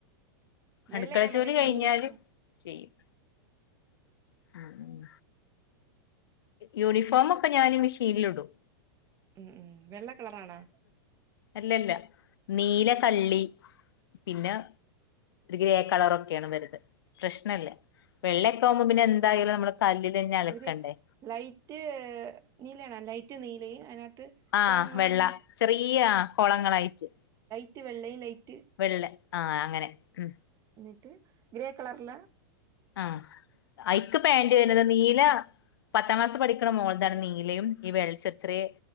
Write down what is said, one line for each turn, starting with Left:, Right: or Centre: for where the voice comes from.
Left: അടുക്കള
Right: വെള്ളയാണോ
Left: ജോലി
Right: മക്കക്ക്
Left: കഴിഞ്ഞാല്
Right: യൂണിഫോം
Left: ചെയ്യും ഉം ഉം യൂണിഫോമൊക്കെ ഞാന് മിഷീലിടും
Right: ഉം ഉം വെള്ള കളറാണോ
Left: അല്ലല്ല നീല കള്ളി പിന്നെ ഗ്രേ കളറൊക്കാണ് ഇവരത് പ്രശ്നല്ല വെള്ളക്കാവുമ്പോ പിന്നെ എന്തായാലും നമ്മള് കല്ലിൽ തന്നെ അലക്കേണ്ടേ
Right: ഒരു ലൈറ്റ് നീലണ ലൈറ്റ് നീല അതിനകത്ത്
Left: ആഹ്
Right: കോളം കോളം
Left: വെള്ള ചെറിയ കോളങ്ങളായിട്ട്
Right: ത് വെള്ളലേൽ ലൈറ്റ്
Left: വെള്ളെ ആ അങ്ങനെ ഉം
Right: എന്നിട്ട് ഗ്രേ കളറില
Left: ആഹ് ഐക്ക് പാന്റ് വരുന്നത് നീല പത്താം ക്ലാസ് പഠിക്കണ മോൾടെയാണ് നീലയും ഈ വെള്ളച്ചെറേ